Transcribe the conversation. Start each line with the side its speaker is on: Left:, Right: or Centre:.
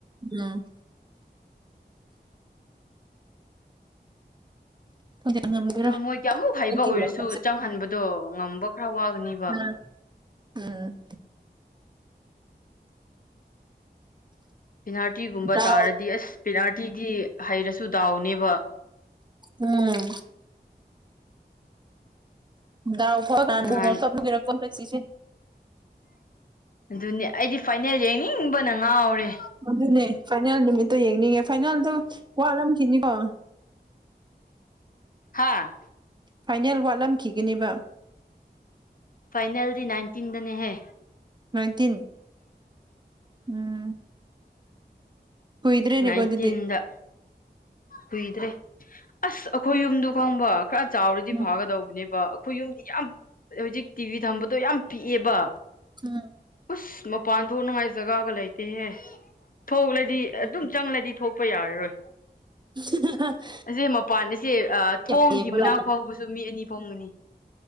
Right: ꯎꯝ ꯈꯪꯗꯦ ꯉꯝꯒꯦꯔꯣꯏ
Left: ꯑꯗꯣ ꯃꯣꯏꯒꯤꯌꯥꯃꯨꯛ
Right: ꯍꯟꯗꯛꯀꯤ
Left: ꯍꯥꯏꯕ ꯑꯣꯏꯔꯁꯨ
Right: ꯋꯥꯔꯜ ꯀꯞꯁꯦ
Left: ꯆꯪꯍꯟꯕꯗꯣ ꯉꯝꯕ ꯈꯔ ꯋꯥꯒꯅꯤꯕ
Right: ꯎꯝ ꯎꯝ
Left: ꯄꯦꯅꯥꯜꯇꯤꯒꯨꯝꯕ
Right: ꯗꯥꯎ
Left: ꯇꯥꯔꯗꯤ ꯑꯁ ꯄꯦꯅꯥꯜꯇꯤꯗꯤ ꯍꯩꯔꯁꯨ ꯗꯥꯎꯅꯦꯕ
Right: ꯎꯝ ꯗꯥꯎ ꯐ ꯀꯥꯟ
Left: ꯅꯍꯥꯟ
Right: ꯃ ꯁꯒꯔ ꯀꯣꯟꯁꯤꯁꯦ
Left: ꯑꯗꯨꯅꯦ ꯑꯩꯗꯤ ꯐꯥꯏꯅꯦꯜ ꯌꯦꯡꯅꯤꯡꯕꯅ ꯉꯥꯎꯔꯦ
Right: ꯑꯗꯨꯅꯦ ꯐꯥꯏꯅꯦꯜ ꯅꯨꯃꯤꯠꯇꯣ ꯌꯦꯡꯅꯤꯡꯉꯦ ꯐꯥꯏꯅꯥꯜꯗꯣ ꯋꯥꯠꯂꯝꯈꯤꯅꯤꯀꯣ
Left: ꯍꯥꯥ
Right: ꯐꯥꯏꯅꯦꯜ ꯋꯥꯠꯂꯝꯈꯤꯒꯅꯦꯕ
Left: ꯐꯥꯏꯅꯦꯜꯗꯤ ꯅꯥꯏꯟꯇꯤꯟꯗꯅꯦꯍꯦ
Right: ꯃꯏꯟꯇꯤꯟ ꯎꯝ ꯀꯣꯏꯗ꯭ꯔꯦꯅꯤꯒꯣꯟꯗꯤ
Left: ꯅꯥꯏꯟꯇꯤꯟꯗ ꯀꯨꯏꯗ꯭ꯔꯦ ꯑꯁ ꯑꯩꯈꯣꯏ ꯌꯨꯝꯗꯨ ꯈꯪꯕ ꯈꯔ ꯆꯥꯎꯔꯗꯤ
Right: ꯎꯝ
Left: ꯐꯒꯗꯧꯕꯅꯦ ꯑꯩꯈꯣꯏ ꯌꯨꯝꯗꯤ ꯌꯥꯝ ꯍꯧꯖꯤꯛ ꯇꯤꯚꯤ ꯊꯝꯕꯗꯣ ꯌꯥꯝ ꯄꯤꯛꯑꯦꯕ
Right: ꯎꯝ
Left: ꯎꯁ ꯃꯄꯥꯟ ꯊꯣꯛꯅꯉꯥꯏ ꯖꯒꯥꯒ ꯂꯩꯇꯦꯍꯦ ꯊꯣꯛꯂꯗꯤ
Right: ꯎꯝ
Left: ꯑꯗꯨꯝ ꯆꯪꯂꯗꯤ ꯊꯣꯛꯄ ꯌꯥꯔꯔꯣꯏ
Right: <unintelligible>
Left: ꯑꯁꯤꯁꯦ ꯃꯄꯥꯟ ꯑꯁꯦ ꯊꯣꯡꯒꯤ
Right: ꯌꯥꯝ ꯌꯦꯡꯕ
Left: ꯃꯅꯥꯛ
Right: ꯂꯥꯛꯄ
Left: ꯐꯥꯎꯕꯁꯨ ꯃꯤ ꯑꯅꯤ ꯐꯥꯎꯒꯅꯤ